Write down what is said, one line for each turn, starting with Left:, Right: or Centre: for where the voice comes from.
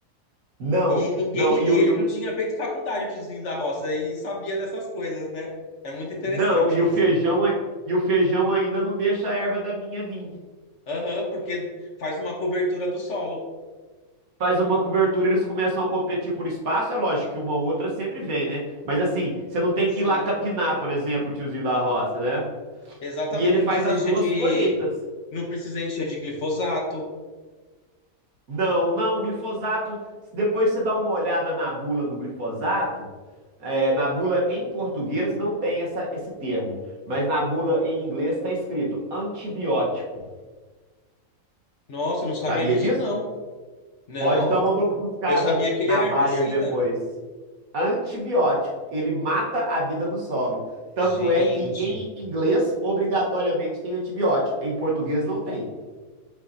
Right: Não,
Left: E ninguém,
Right: não, e
Left: e
Right: o,
Left: ele
Right: e o-
Left: não tinha feito faculdade, o tiozinho da roça, e sabia dessas coisas, né? É muito interessante
Right: não, e o
Left: isso.
Right: feijão, ai- e o feijão ainda não deixa a erva daninha vir.
Left: Aham, porque faz uma cobertura do solo.
Right: Faz uma cobertura, eles começam a competir por espaço, é lógico que uma ou outra sempre vem, né? Mas assim, você não tem
Left: Sim,
Right: que ir lá capinar, por exemplo, o tiozinho da roça, né?
Left: exatamente.
Right: E ele
Left: Não
Right: faz
Left: precisa
Right: as
Left: encher
Right: duas
Left: de,
Right: colheitas.
Left: não precisa encher de glifosato.
Right: Não, não, glifosato. Depois você dá uma olhada na bula do glifosato. é, na bula em português não tem essa- esse termo, mas na bula em inglês está escrito antibiótico.
Left: Nossa, eu não sabia
Right: Sabia
Left: disso,
Right: disso?
Left: não. Não,
Right: Pode dar uma bu- buscada
Left: eu sabia que ele
Right: na
Left: era
Right: Bayer
Left: herbicida.
Right: depois. Antibiótico, ele mata a vida no solo. Tanto
Left: Gente,
Right: é que em inglês, obrigatoriamente, tem antibiótico. Em português, não tem.